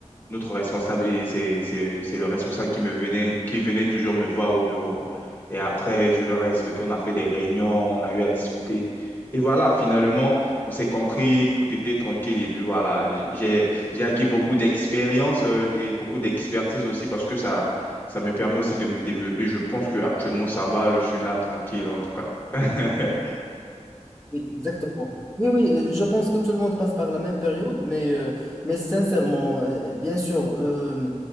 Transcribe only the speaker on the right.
Oui, exactement. Oui, oui, euh, je pense que tout le monde passe par la même période, mais, euh, mais sincèrement, euh, bien sûr, euh,